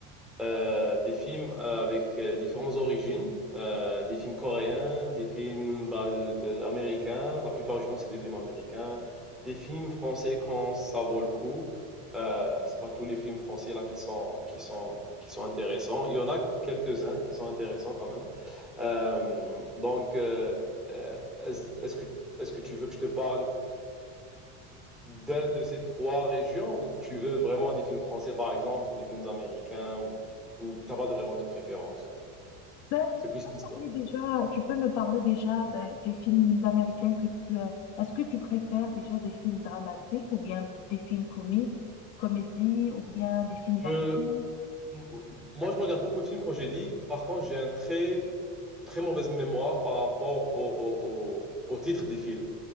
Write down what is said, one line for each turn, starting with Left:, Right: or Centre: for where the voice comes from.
Centre: Euh, des films euh, avec euh, différentes origines, euh, des films coréens, des films bah, de- américains, la plupart du temps c'est des films américains, des films français quand ça vaut le coup. Euh, c'est pas tous les films français là qui sont qui sont qui sont intéressants. Il y en a quelques-uns qui sont intéressants quand même. Euh, donc euh, euh, est-ce est-ce que est-ce que tu veux que je te parle d'un de ces trois régions ou tu veux vraiment des films français par exemple ou des films américains ou, ou t'as pas de, vraiment de préférence?
Left: Ben,
Centre: C'est plus
Left: tu peux me
Centre: l'histoire.
Left: parler déjà, tu peux me parler déjà ben, des films américains que tu as. Est-ce que tu préfères déjà des films dramatiques ou bien des films comiques, comédies ou bien des films
Centre: Je,
Left: d'action?
Centre: m- moi, je regarde beaucoup de films quand j'ai dit. Par contre, j'ai un très, très mauvaise mémoire par rapport au, au, au, au titre des films.